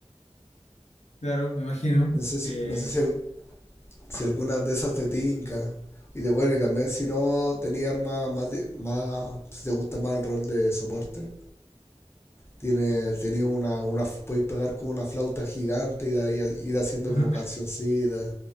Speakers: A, on the left; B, on the left.
A: claro, me imagino.
B: No sé si,
A: eh,
B: no sé si, al- si algunas de esas te tinca. Y de bueno, y también si no tenía armas más, de- más, si te gusta más el rol de soporte, tiene, tenía una, una, podéis pegar como una flauta gigante y de ahí a- ir haciendo
A: <laughs>
B: como cancioncitas.